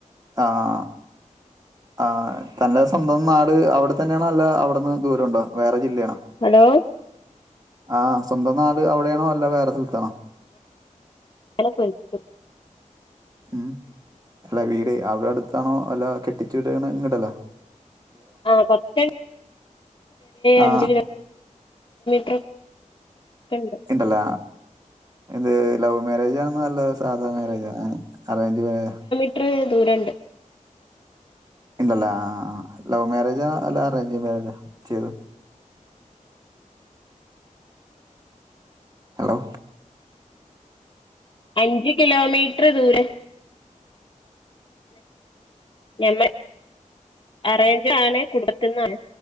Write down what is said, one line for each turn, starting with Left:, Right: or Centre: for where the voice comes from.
Right: ആഹ് ആ ഇത്തന്റെ സ്വന്തം നാട് അവിടെ തന്നേണോ അല്ല അവിടന്ന് ദൂരം ണ്ടോ വേറെ ജില്ലേണോ
Left: ഹലോ?
Right: ആഹ് സ്വന്തം നാട് അവിടേണോ അല്ല വേറെ സ്ഥലത്താണോ
Left: അല്ല പെയ്ക്കൊ
Right: ഉം അല്ല വീട് അവവിടെ അടുത്താണോ അല്ല കെട്ടിച്ചു വരണ ഇങ്ങോട്ടല്ലോ
Left: ആ കൊറച്ച്
Right: ആ
Left: അഞ്ച് കിലോ ത്രക്കണ്ട് <unintelligible>
Right: ഇണ്ടല്ല ഇത് ലവ് മാരേജ് ആണ നല്ല സാധാ മാരേജ അറേഞ്ച് മാരേജ
Left: എത്ര ദൂരുണ്ട്
Right: ഉണ്ടല്ലേ ആഹ് ആഹ് ലവ് മാരേജാ അല്ല അറേഞ്ച് മാരേജാ ചെയ്തു ഹലോ
Left: അഞ്ച് കിലോമീറ്റർ ദൂരം ഞമ്മ അറേഞ്ച ആണ് കുടുംബത്തിന്നാണ്